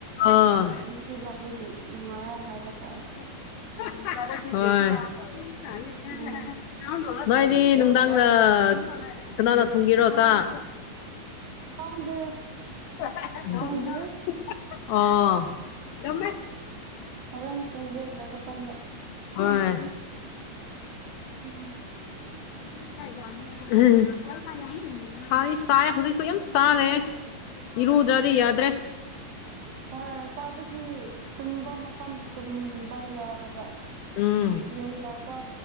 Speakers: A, on the left; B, on the right.
A: ꯑꯥ
B: ꯅꯨꯡꯁꯤꯠ ꯂꯥꯛꯄꯒꯤ ꯂꯨꯡꯉꯥꯏꯌꯦ ꯍꯥꯏꯕ ꯇꯥꯔꯦ
A: <unintelligible> ꯍꯣꯢ <unintelligible>
B: ꯎꯝ
A: ꯅꯣꯏꯗꯤ ꯅꯨꯡꯗꯥꯡꯗ ꯀꯅꯥꯅ ꯊꯣꯡꯒꯦꯔꯣ ꯆꯥꯛ
B: ꯈꯪꯗꯦ
A: <unintelligible>
B: ꯇꯨꯝꯗ꯭ꯔꯤ
A: ꯑꯣ ꯇꯝꯃꯦꯁ
B: ꯍꯣꯔꯦꯟ ꯇꯨꯝꯒꯦ ꯂꯣꯢꯕ ꯀꯟꯗ
A: ꯍꯣꯏ
B: ꯎꯝ
A: <unintelligible> <unintelligible> ꯁꯥꯏ ꯁꯥꯢ ꯍꯧꯖꯤꯛꯁꯨ ꯌꯥꯝ ꯁꯥ ꯂꯩꯌꯦ ꯏꯔꯨꯗ꯭ꯔꯗꯤ ꯌꯥꯗ꯭ꯔꯦ
B: ꯑ ꯆꯥꯕꯒꯤ ꯇꯨꯝꯕ ꯃꯐꯝꯗ ꯇꯨꯝꯕ ꯌꯥꯗꯕ
A: ꯎꯝ
B: ꯌꯨꯝꯗꯀꯣ